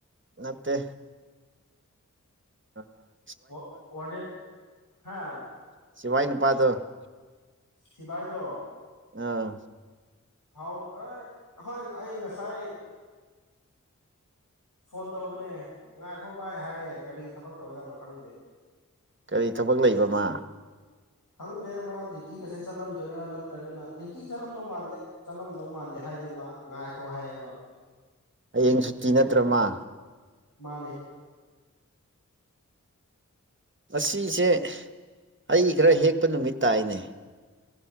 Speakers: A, on the right (about 40°); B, on the left (about 85°).
A: ꯅꯠꯇꯦ ꯑꯥ
B: ꯋꯥ ꯋꯥꯔꯗꯦꯟꯠ ꯍꯥꯥ
A: ꯁꯤꯚꯏ ꯅꯨꯄꯥꯗꯣ
B: ꯁꯤꯚꯏꯗꯣ
A: ꯑꯥ
B: ꯐꯥꯎ ꯑꯩꯣꯏ ꯑꯩ ꯉꯁꯥꯏ ꯐꯣꯟ ꯇꯧꯕꯅꯦ ꯉꯥꯏꯈꯣ ꯚꯥꯏ ꯍꯥꯏꯌꯦ ꯀꯔꯤ ꯊꯕꯛ ꯇꯧꯖꯥꯠꯂꯣ ꯈꯪꯗꯦ
A: ꯀꯔꯤ ꯊꯕꯛ ꯂꯩꯕꯃ
B: ꯍꯪꯗꯦ ꯃꯥ ꯗ꯭ꯌꯨꯇꯤ ꯀꯁꯦ ꯆꯠꯂꯝꯗꯣꯏꯔꯥ ꯅꯠꯇ꯭ꯔꯒꯅ ꯗ꯭ꯌꯨꯇꯤ ꯆꯠꯂꯝꯗꯧ ꯃꯥꯟꯗꯦ ꯆꯠꯂꯝꯗꯧ ꯃꯥꯟꯗꯦ ꯍꯥꯏꯦ ꯏꯕꯦꯝꯃ ꯉꯥꯏꯈꯣ ꯍꯥꯏꯌꯦꯕ
A: ꯍꯌꯦꯡ ꯁꯨꯇꯤ ꯅꯠꯇ꯭ꯔꯃ
B: ꯃꯥꯅꯦ
A: ꯉꯁꯤꯁꯦ ꯑꯩ ꯈꯔ ꯍꯦꯛꯄ ꯅꯨꯃꯤꯠ ꯇꯥꯏꯅꯦ